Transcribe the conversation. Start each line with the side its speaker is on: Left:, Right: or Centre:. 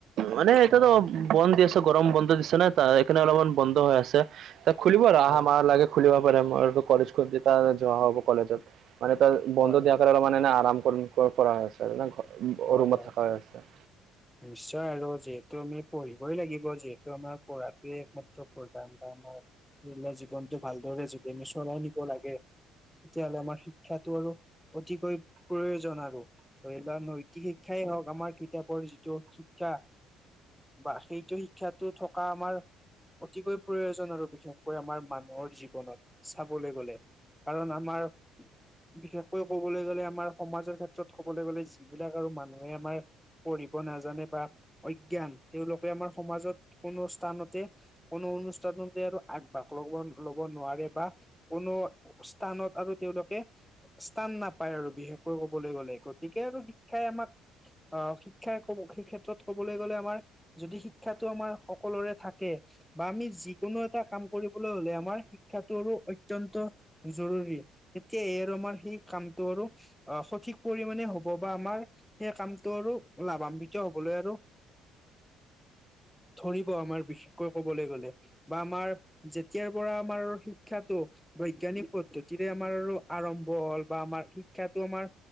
Right: মানে এতাটো
Centre: হয়
Right: বন্দ দি আছে গৰম বন্ধ দিছে না তাৰ এই কাৰনে অলপমান বন্ধ হৈ আছে। ত খুলিব আৰু
Centre: হয়
Right: আহা মাহ লৈকে খুলিব পাৰে মোৰটো কলেজ খুলিলে তাৰ যোৱা হ'ব কলেজত। মানে তাৰ
Centre: হয়
Right: বন্ধ
Centre: হয়
Right: দিয়া কাৰনে অলমান না না আৰাম কৰিম কৰা হৈছে মানে
Centre: হয়
Right: ৰুমত
Centre: হয়
Right: থাকা হৈ আছে।
Centre: নিশ্চয় আৰু যিহেতু আমি পঢ়িবই লাগিব যিহেতু আমাক পঢ়াটোৱে একমাত্ৰ প্ৰধান কাম হয়। ধৰি লোৱা জীৱনটো ভালদৰে যদি আমি চলাই নিব লাগে তেতিয়া হ'লে আমাৰ শিক্ষাটো আৰু অতিকৈ প্ৰয়োজন আৰু। ধৰি লোৱা নৈতিক শিক্ষাই হওক আমাৰ কিতাপৰ যিটো শিক্ষা বা সেইটো শিক্ষাটো থকা আমাৰ অতিকৈ প্ৰয়োজন আৰু বিশেষকৈ আমাৰ মানুহৰ জীৱনত, চাবলৈ গ'লে। কাৰণ আমাৰ বিশেষকৈ ক'বলে গ'লে আমাৰ সমাজৰ ক্ষেত্ৰত ক'বলে গ'লে যি বিলাক আৰু মানুহে আমাৰ পঢ়ি ব নাজানে বা অজ্ঞান তেওঁলোকে আমাৰ সমাজত কোনো স্থানতে কোনো অনুষ্ঠানতে আৰু আগভাগ ল'ব ল'ব নোৱাৰে। বা কোনো স্থানত আৰু তেওঁলোকে স্থান নাপায় আৰু বিশেষকৈ ক'বলে গ'লে। গতিকে আৰু শিক্ষাই আমাক অ শি ক্ষাই ক'ব সেই ক্ষেত্ৰত ক'বলৈ গ'লে আমাৰ যদি শিক্ষাতো আমাৰ সকলোৰে থাকে বা আমি যিকোনো এটা কাম কৰিবলৈ হ'লে আমাৰ শিক্ষাটো আৰু অত্যন্ত জৰুৰী। এতিয়া এই আৰু মই সেই কামটো আৰু অ, সঠিক পৰিমাণে হ'ব বা আমাৰ সেই কামটো আৰু লাভান্বিত হবলৈ আৰু ধৰিব আমাৰ বিশেষকৈ ক'বলৈ গ'লে। বা আমাৰ যেতিয়াৰ পৰা আমাৰ আৰু শিক্ষাটো বৈজ্ঞানিক পদ্ধতিৰে আমাৰ আৰু আৰম্ভ হ'ল বা আমাৰ শিক্ষাটো আমাৰ